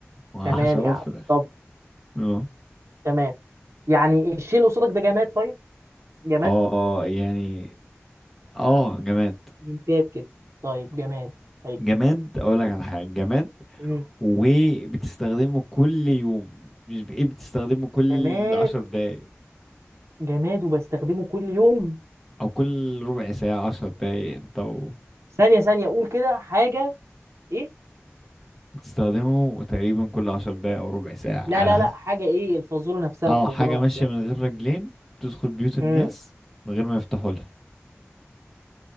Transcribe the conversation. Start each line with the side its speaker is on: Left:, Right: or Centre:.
Centre: ما
Right: تمام
Centre: حشرات
Right: يا عم
Centre: في الاخر
Right: طب
Centre: اه
Right: تمام يعني الشيء اللي قصادك ده جماد طيب جماد
Centre: اه آه، يعني اه جماد
Right: انتات كده طيب جماد طيب
Centre: جماد اقول لك على حاجه جماد
Right: مم.
Centre: وبتستخدمه كل يوم مش بايه بتستخدمه كل
Right: جماد
Centre: عشر دقايق
Right: جماد وبستخدمه كل يوم
Centre: او كل ربع ساعه عشر دقايق انت و...
Right: ثانية ثانية أقول كده حاجة إيه
Centre: بتستخدمه تقريبا كل عشر دقايق او ربع ساعه
Right: لا
Centre: على
Right: لا
Centre: حسب
Right: لا حاجة إيه الفازورة نفسها
Centre: اه
Right: الفازورة
Centre: حاجه ماشيه
Right: نفسها
Centre: من غير رجلين بتدخل بيوت الناس
Right: مم.
Centre: من غير ما يفتحوا لها